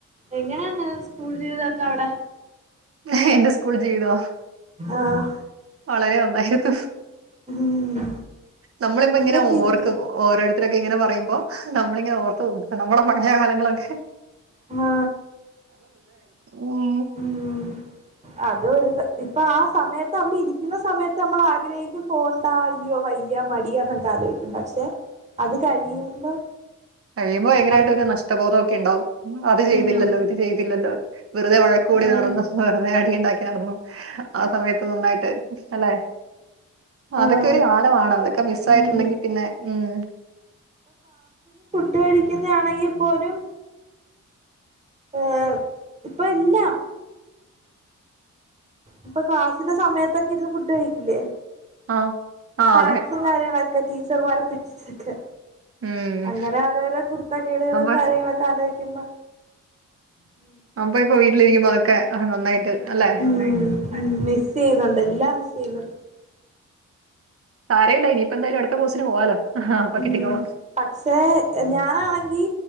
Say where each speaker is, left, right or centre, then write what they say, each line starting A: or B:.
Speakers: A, on the right; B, on the right.
A: എങ്ങനെ ഉണ്ടായിരുന്നു സ്കൂൾ പിന്നെന്താ അവിടെ
B: ഏ എൻ്റെ സ്കൂൾ ജീവിതോ
A: ആഹ്
B: വളരെ നന്നായിരുന്നു
A: ഉം
B: നമ്മള് ഇപ്പം
A: എന്താ
B: ഇങ്ങനെ
A: ചിരിക്കണെ
B: ഓർക്കും ഓ ഓരോരുത്തര് ഇങ്ങനെ പറയുമ്പോ നമ്മള് ഇങ്ങനെ ഓർത്തു പോവും നമ്മുടെ പഴയ കാലം നിങ്ങളൊക്കെ
A: ആ
B: ഉം
A: ഉം അത് ഒരു സ ഇപ്പം ആ സമയത്ത് അവിടെ ഇരിക്കുന്ന സമയത്ത് നമ്മൾ ആഗ്രഹിക്കും പോണ്ട അയ്യോ വയ്യ മടിയാ എന്നൊക്കെ ആലോജിക്കും പക്ഷേ അത് കഴിയുമ്പോ
B: കഴിയുമ്പോ ഭയങ്കരായിട്ട്
A: അത്
B: ഒരു നഷ്ടബോധക്കെ ഉണ്ടാകും അത് ചെയ്തില്ലല്ലോ
A: ഉം
B: ഇത് ചെയ്തില്ലല്ലോ വെറുതെ വഴക്ക് കൂടി
A: ആഹ്
B: നടന്നു വെറുതെ അടിയുണ്ടാക്കി നടന്നു ആ സമയത്ത് നന്നായിട്ട് അല്ലെ അതൊക്കെ
A: ആഹ്
B: ഒരു കാലമാണ് അതൊക്കെ മിസ്
A: ഉം
B: ആയിട്ടുണ്ടെങ്കി പിന്നെ ഉം
A: ഫുഡടിക്കുന്നത ആണെങ്കിൽ പോലും ഏ ഇപ്പ എല്ല ഇപ്പൊ ക്ലാസ്സിലെ സമയത്തൊക്കെ ഇരുന്ന് ഫുഡ് കഴിക്കില്ലേ
B: ആഹ് ആഹ്
A: സ്നാക്സും
B: അതെ
A: കാര്യങ്ങളും ഒക്കെ ക്ക ടീച്ചർമാരെ പറ്റിച്ചിട്ട്
B: ഉം
A: അങ്ങനെ അവരവര കുരുത്ത കേടുകളും
B: അപ്പൊ
A: കാര്യങ്ങളൊക്കെ ആലോചിക്ക <unintelligible>
B: അപ്പ ഇപ്പൊ വീട്ടില് ഇരിക്കുമ്പോ അതൊക്കെ ആ നന്നായിട്ട് അല്ലെ
A: ഉം മിസ് യ്യുന്നുണ്ട് എല്ലാം മിസ് യ്യുന്നുണ്ട്
B: സാരമില്ല ഇനിയിപ്പ എന്തായാലും അടുത്ത കോഴ്സിന് പോവാലോ അപ്പൊ
A: ഉം
B: കിട്ടിക്കോളും
A: പക്ഷെ ഞാനാണെങ്കി